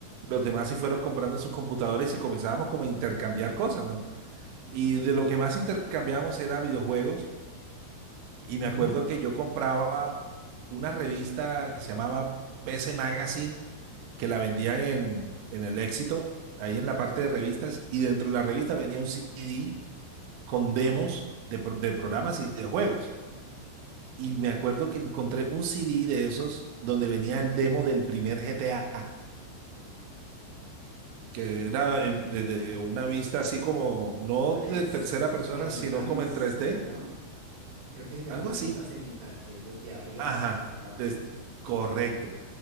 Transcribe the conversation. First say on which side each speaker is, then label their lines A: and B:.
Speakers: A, on the right (about 80°); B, on the right (about 40°).
A: los demás sí fueron comprando sus computadores y comenzábamos como a intercambiar cosas, ¿no? Y de lo que más intercambiábamos era videojuegos y
B: Ujú.
A: me acuerdo que yo compraba una revista que se llamaba P C Magazine que la vendían en, en El Éxito, ahí en la parte de revistas y dentro de la revista venía un C D con demos de, pro- de programas y de juegos. Y me acuerdo que encontré un CD de esos donde venía el demo del primer GTA, que era en- desde una vista así como, no
B: Tres
A: de tercera persona,
B: cenital
A: sino como
B: se
A: en tres d
B: llama. Creo que se llama
A: algo
B: una
A: así.
B: vista cenital, que es desde arriba
A: Ajá,
B: hacia abajo.
A: des- correcto.